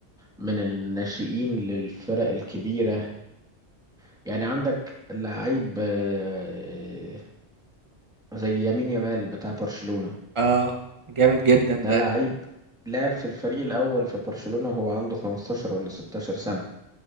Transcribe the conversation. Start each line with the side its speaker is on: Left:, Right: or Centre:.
Centre: من الناشئين للفرق الكبيرة يعني عندك لعيب آه، زي يمين يامال بتاع برشلونة
Right: اه جامد جدا
Centre: ده
Right: ده
Centre: لعيب لعب في الفريق الأول في برشلونة وهو عنده 15 ولا 16 سنة